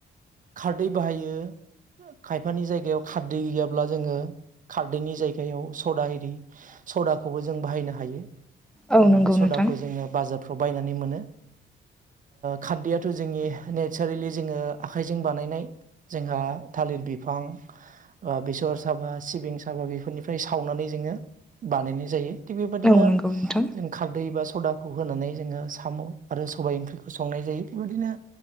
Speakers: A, on the right; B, in the centre.
A: खारदै बाहायो खायफानि जायगायाव खारदै गैयाब्ला जोङो खारदैनि जायगायाव सदा एरि सदाखौबो जों बाहायनो हायो।
B: औ
A: ओ
B: नंगौ
A: सदाखौ
B: नोंथां
A: जोङो बाजार फ्रखव बायनानै मोनो। खारदैयाथ' जोंनि नेचारेलि जोङो आखाइजों बानायनाय जोंहा थालिर बिफां, बेसर साबा, सिबिं साबा, बेफोरनिफ्राय सावनानै जोङो बानायनाय जायो। थिग बेबायदिनो
B: औ नंगौ नोंथां
A: जों खारदै एबा सदाखौ होनानै जोङो साम' आरो सबाय ओंख्रिखौ संनाय जायो। बेबायदिनो